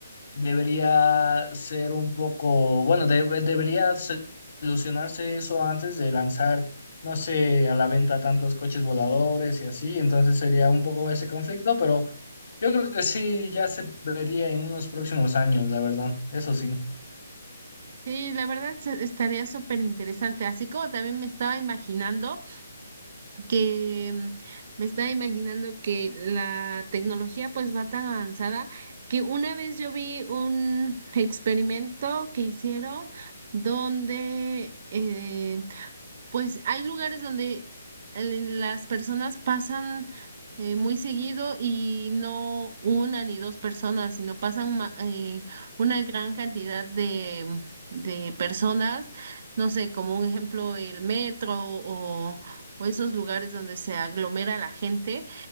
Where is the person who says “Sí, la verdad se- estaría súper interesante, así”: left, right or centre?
Right